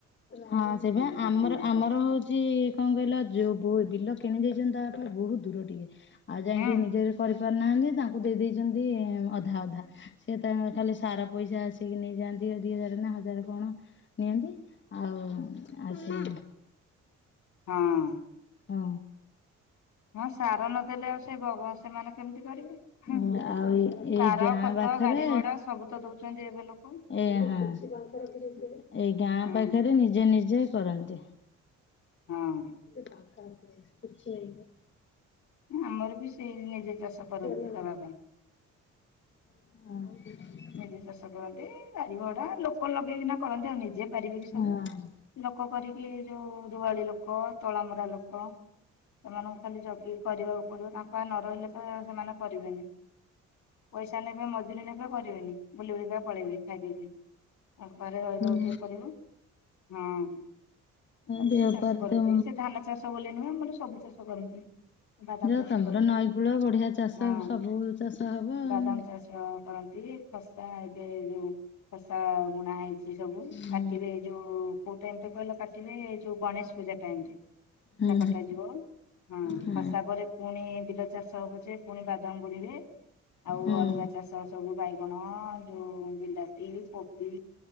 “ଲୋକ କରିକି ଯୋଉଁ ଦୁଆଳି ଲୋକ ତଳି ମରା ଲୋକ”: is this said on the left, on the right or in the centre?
Left